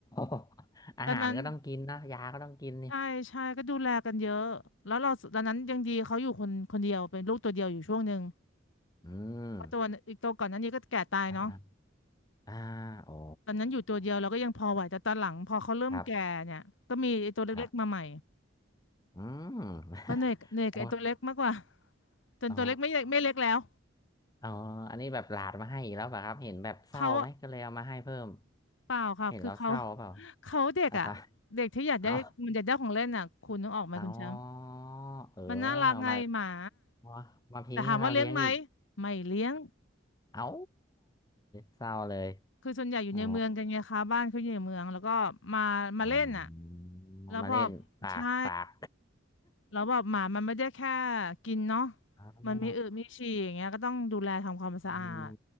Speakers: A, on the left; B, on the left.
A: <laughs> อาหารก็ต้องกินนะยาก็ต้องกินนี่
B: ตอนนั้นใช่ใช่ก็ดูแลกันเยอะแล้วเราตอนนั้นยังดีเขาอยู่คนคนเดียวเป็นลูกตัวเดียวอยู่ช่วงหนึ่ง
A: อืม
B: เพราะตัวอีกตัวก่อนหนั้นนี้ก็แก่ตายเนาะ
A: อ่าอ่าอ่าอ๋อ
B: ตอนนั้นอยู่ตัวเดียวเราก็ยังพอไหวแต่ตอนหลังพอเขาเริ่มแก่เนี่ยก็มีไอ้ตัวเล็กๆมาใหม่
A: ครับครับอืม <laughs>
B: ก็เหนื่อยเหนื่อยกับไอ้ตัวเล็กมากกว่า
A: อ๋อ
B: จนตัวเล็กไม่เล็กไม่เล็กแล้ว
A: อ๋ออ๋ออันนี้แบบหลาดมาให้อีกแล้วเปล่ะครับเห็นแบบเศร้าไหมก็เลยเอามาให้เพิ่ม
B: เขาเปล่าค่ะคือเขา
A: เห็นเราเศร้าเปล่า
B: เขาเด็กอ่ะเด็กที่อยากได้มันอยากได้ของเล่นอ่ะคุณนึกออกไหมคุณแชมป์
A: อะครับ <laughs> เอา เอาเออเอามา
B: มันน่ารักไงหมา
A: มามาทิ้งให้เราเลี้ยงอีก
B: แต่ถามว่าเลี้ยงไหมไม่เลี้ยง
A: เอ้าเศร้าเลย
B: คือส่วนใหญ่อยู่ในเมืองกันไงคะบ้านเขาอยู่ในเมืองแล้วก็มามาเล่นอ่ะ
A: อ๋ออ๋อ
B: แล้วพอ
A: มาเล่นฝากฝาก
B: ใช่ แล้วแบบหมามันไม่ได้แค่กินเนาะ
A: <laughs> อ๋อ
B: มันมีอึมีฉี่อย่างเงี้ยก็ต้องดูแลทำความสะอาด
A: อืม